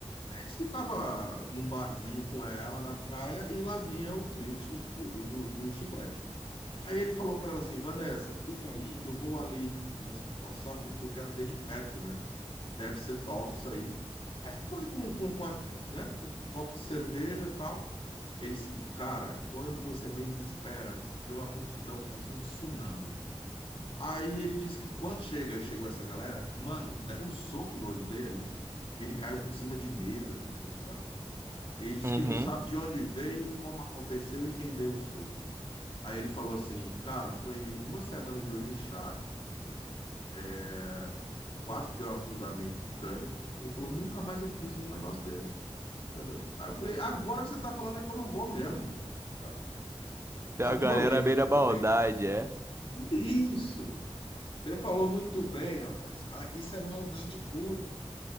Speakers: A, on the left; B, on the right.
A: Aí disse que tava num barzinho com ela na praia e lá vinha o trio do, do, do, do chiclete. Aí ele falou pra ela assim, Vanessa, fica aí que eu vou ali mais pra calçada que eu quero ver de perto, né? Deve ser top isso aí. Aí foi com, com, com a, né? um copo de cerveja tal. Ele disse, cara, quando você menos espera, vê uma multidão, parece um tsunami. Aí ele disse que quando chega, chegou essa galera, mano, deram um soco no olho dele, que ele caiu por cima de mesa com tudo, sabe? Ele disse
B: Uhum.
A: que não sabe de onde veio, como aconteceu e quem deu o soco. Aí ele falou assim, cara, foi uma semana de olho inchado, né? É, quase que deu afundamento de crânio. Ele falou, nunca mais eu piso num negócio desse, entendeu? Aí eu falei, agora que você tá falando é que eu não vou mesmo, mano, sabe?
B: Tem
A: A
B: a
A: violência
B: galera à beira da
A: que
B: maldade,
A: tem.
B: é.
A: Isso, Você falou muito bem, rapaz. Ah, isso é maldade pura, cara.